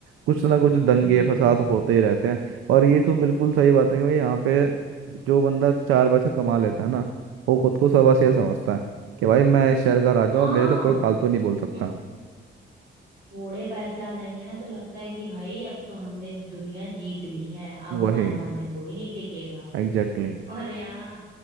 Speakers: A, on the right (about 90°); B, on the right (about 50°).
A: कुछ ना कुछ दंगे
B: हम्म
A: फसाद होते ही रहते हैं और ये तो बिल्कुल सही बात है कि भाई यहाँ पे जो बंदा चार पैसे कमा लेता है ना वो खुद को सवा से समझता है कि भाई मैं इस शहर का राजा
B: हाँ
A: हूँ मेरे से कोई फालतू नहीं बोल सकता
B: हम्म, थोड़े पैसे आ जाएंगे ना तो लगता है कि भाई अब तो हमने दुनिया जीत ली है अब
A: वही
B: हमारे सामने कोई नहीं टिकेगा
A: एग्जैक्टली
B: और यहाँ